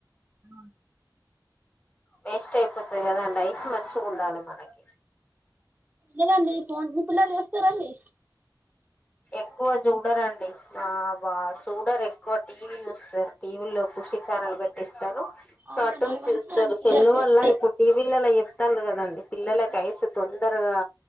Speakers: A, on the right; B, on the left.
A: అ
B: వేస్ట్ అయిపోతది కదా అండ్ ఐస్ మంచిగా ఉండాలి మనకి
A: లేదండి ఫోన్ మీ పిల్లలు చస్తారండి
B: ఎక్కువ చూడరండి ఆ బా చూడరు ఎక్కువ టీవీ చూస్తారు టీవీ లో కూ ఖుషి ఛానల్ పెట్టిస్తాను
A: అవునండి
B: కార్టూన్స్
A: మంచిగా
B: చస్తారు
A: అండి పిల్లలు
B: సెల్
A: చూస్తే
B: వల్ల ఇప్పుడు టీవీలలో అయితండ్రు కదండి పిల్లలకి ఐస్ తొందరగా